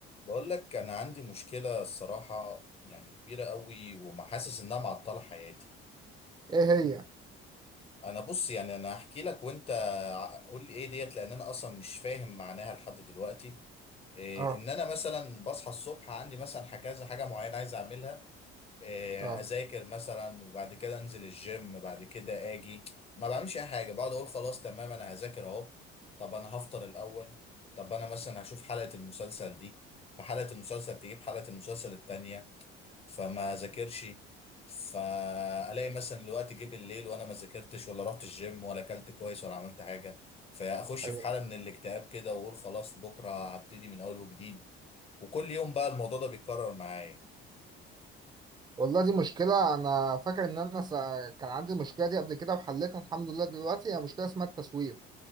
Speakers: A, on the left; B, on the right.
A: بقول لك انا عندي مشكله الصراحه يعني كبيره قوي ومحاسس انها معطله حياتي
B: ايه هي
A: انا بص يعني انا هحكي لك وانت ع- قول لي ايه ديت لان انا اصلا مش فاهم معناها لحد دلوقتي إيه
B: اه
A: ان انا مثلا بصحى الصبح عندي مثلا ح- كذا حاجه معينه عايز اعملها إيه
B: اه
A: اذاكر مثلا وبعد كده انزل الجيم بعد كده اجي ما بعملش اي حاجه بقعد اقول خلاص تمام انا هذاكر اهو طب انا هفطر الاول طب انا مثلا هشوف حلقه المسلسل دي فحلقه المسلسل تجيب حلقه المسلسل التانيه فما ذاكرش فالاقي مثلا الوقت جه بالليل وانا ما ذاكرتش ولا رحت الجيم ولا اكلت كويس ولا عملت حاجه فاخش
B: ايوه
A: في حاله من الاكتئاب كده واقول خلاص بكره هبتدي من اول وجديد وكل يوم بقى الموضوع ده بيتكرر معايا
B: والله دي مشكلة انا فاكر ان انا سا... كان عندي المشكلة دي قبل كده وحليتها الحمد لله دلوقتي هي مشكلة اسمها التسويف